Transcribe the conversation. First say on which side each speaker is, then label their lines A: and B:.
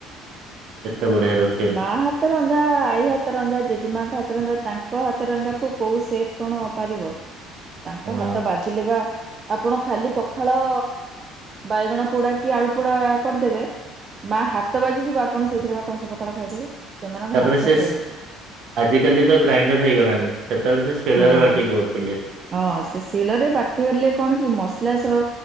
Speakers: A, on the right; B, on the right.
A: ଏତେ ବଢିଆ ରୋଷେଇ
B: ମା ହା ହାତ ରନ୍ଧା, ଆଇ ହାତ ରନ୍ଧା, ଜେଜେମାଙ୍କ ହାତ ରନ୍ଧା, ତାଙ୍କ ହାତ ରନ୍ଧାକୁ କୋଉଁ ସେଫ୍ କଣପାରିବ? ତାଙ୍କ
A: ହଁ।
B: ହାତ ବାଜିଲେ ବା ଆପଣ ଖାଲି ପଖାଳ ବାଇଗଣ ପୋଡ଼ା କି ଆଳୁ ପୋଡ଼ା କରିଦେବେ? ମା ହାତ ବାଜିଯିବ ଆପଣ ସେଇଥିରେ ବା କଁସେ ପଖାଳ ଖାଇଦେବେ। ସେମାନଙ୍କ
A: ତାପରେ
B: ହାତ
A: ସେଷ୍
B: ସେଇଆ
A: ଆଜିକାଲି ତ ଗ୍ରାଇଣ୍ଡର ହେଇଗଲାଣି। ସେତେବେଳେ ସେ ଶିଳରେ
B: ହଁ।
A: ବାଟିକି କରୁଥିଲେ।
B: ହଁ ସେ ଶିଳରେ ବାଟି ଦେଲେ କଣ କି? ମସଲାସ ର